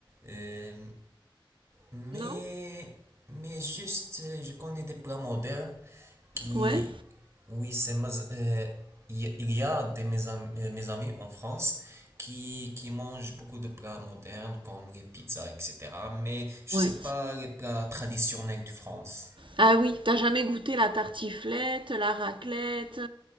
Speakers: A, on the right (about 35°); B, on the right (about 70°).
A: Euh, mais,
B: Non
A: mais juste, euh, je connais des plats modernes qui,
B: Ouais
A: oui, c'est ma- euh, il y a il y a des mes amis, euh, mes amis en France qui, qui mangent beaucoup de plats modernes comme les pizzas, etc. Mais je
B: Ouais.
A: sais pas les plats traditionnels de France.
B: Ah oui, t'as jamais goûté la tartiflette, la raclette,